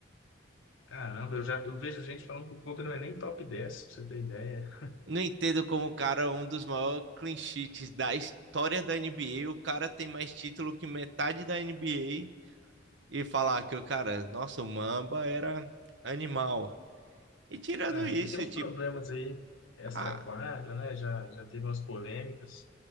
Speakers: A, on the left (about 75°); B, on the right (about 60°).
A: Caramba, eu já eu vejo gente falando que o Kobe não é nem top 10, pra você ter ideia.
B: Não entendo como o cara, é um dos maiores clean sheets da história da NBA, o cara tem mais título que metade da NBA e falar que o cara, nossa, o Mamba era animal. E tirando
A: Ah,
B: isso,
A: ele tem uns
B: tipo,
A: problemas aí, extra-quadra,
B: ah,
A: né? Já, já teve umas polêmicas.